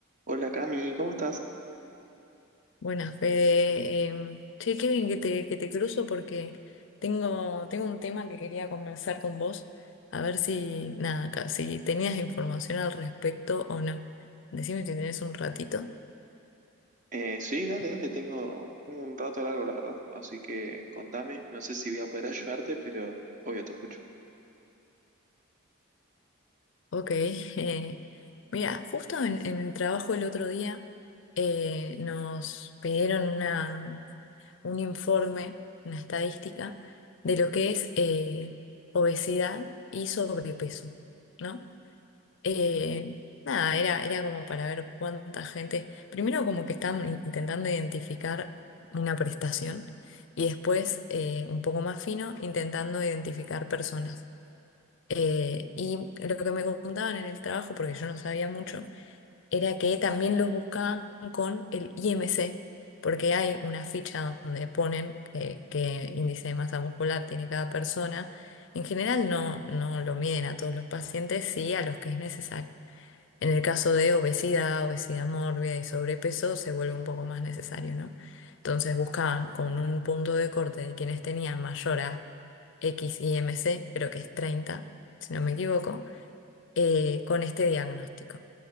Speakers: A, on the right; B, on the left.
A: Hola Cami, ¿cómo estás?
B: Buenas, Fede. Em, che, qué bien que te, que te cruzo porque tengo, tengo un tema que quería conversar con vos, a ver si, nada, acá, si tenías información al respecto o no. Decime si tenés un ratito.
A: Eh, sí, dale, dale, tengo, tengo un rato largo, la verdad. Así que contame, no sé si voy a poder <laughs> ayudarte, pero obvio te escucho.
B: Ok. <laughs> eh, mira, justo en, en el trabajo el otro día eh, nos pidieron una, un informe, una estadística de lo que es eh, obesidad y sobrepeso, ¿no? Eh, nada, era, era como para ver cuánta gente. Primero, como que estaban in- intentando identificar una prestación y después, eh, un poco más fino, intentando identificar personas. Eh, y lo que me contaban en el trabajo, porque yo no sabía mucho, era que también los buscaban con el IMC, porque hay una ficha donde ponen que- qué índice de masa muscular tiene cada persona. En general no, no lo miden a todos los pacientes, sí a los que es necesario. En el caso de obesidad, obesidad mórbida y sobrepeso, se vuelve un poco más necesario, ¿no? Entonces buscaban con un punto de corte de quienes tenían mayor a XIMC, creo que es 30, si no me equivoco, eh, con este diagnóstico.